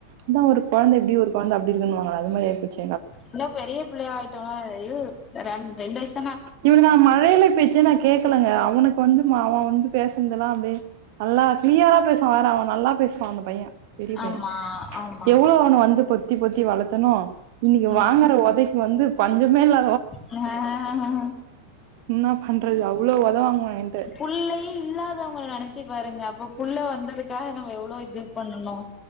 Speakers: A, on the right; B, on the left.
A: அதா ஒரு கொழந்த இப்டி ஒரு கொழந்த அ ப்டிருங்குன்னுவாங்களே அது மாரி ஆயிபோச்சி
B: இன்னு பெரிய பிள்ளையா ஆயிட்டோனா ரண் ரெண்டு ஐஸ்
A: இவனுக்கு மழயிலை பேச்சே நா கேக்கலங்க அவனுக் வந்து மா அவெ வந்து பேஸ்னதெல்லா அப்டியே நல்லா க்ளியரா பேசுவா வேற அவெ நல்லா பேசுவா அந்த பையே பெரிய பையே
B: ஆமா ஆமா
A: எவ்ளோ அவனு வந்து பொத் த்தி பொத்தி வளத்தனோ இன்னைக்கு
B: ம்
A: வாங்கற ஒதைக் வந்து பஞ்சமே இல்ல
B: ஆ
A: என்ன பண்றது அவ்வளோ ஒதவாங்குவா என்ட்ட
B: புள்ளையே இல்லாதவங்கள நெனச்சு பாருங்க அப்ப புள்ள வந்ததுக்காக நம்ம எவ்ளோ இது பண்ணுணோ